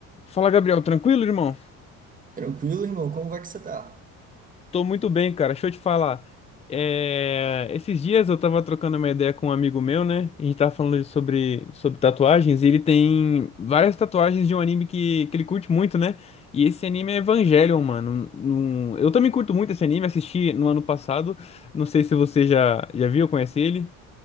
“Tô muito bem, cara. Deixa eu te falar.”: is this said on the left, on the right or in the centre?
Left